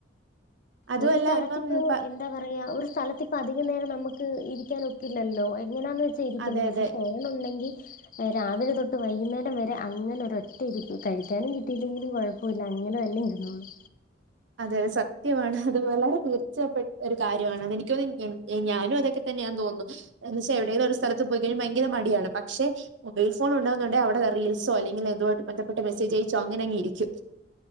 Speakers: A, on the right; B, on the left.
A: അതുമല്ല
B: ഒരു സ്ഥലത്തിപ്പോ
A: ഇപ്പം പ
B: എന്താ പറയാ ഒരു സ്ഥലത്തി ഇപ്പോ അധികം നേരം നമക്ക് ഇരിക്കാൻ ഒക്ക് ഇല്ലല്ലോ എങ്ങനാെന്ന് വെച്ചാ ഇരിക്കുന്നേ
A: അതെ
B: പഷേ
A: അതെ
B: ഫോണ് ഒണ്ടങ്കി രാവിലെ തൊട്ട് വൈകുന്നേരം വരെ അങ്ങനെ ഒര് ഒറ്റ ഇരിപ്പ് കഴിക്കാനും കിട്ടില്ലെങ്കിലും കൊഴ പ്പവില്ല അങ്ങനെ തന്നെ ഇരുന്നോളും
A: അതെ അതെ സത്യവാണ് അത് വളരെ തീർച്ചപ്പെട്ട ഒരു കാര്യം ആണ് അത് എനിക്ക് തോന്ന് ഞാനും അതൊക്കെ തന്നെയാന്ന് തോന്നുന്നു എന്ന് വെച്ചാ എവിടേലും ഒരു സ്ഥലത്ത് പോയി കഴിഞ്ഞ ഭയങ്കര മടിയാണ് പക്ഷേ മൊബൈൽ ഫോൺ ഒണ്ട്ന്ന്ണ്ടേ അവടെ റീൽസോ അല്ലെങ്കിൽ അതുമായിട്ട് ബന്ധപ്പെട്ട മെസ്സജ് അയച്ചോ അങ്ങനെ അങ്ങ് ഇരിക്കും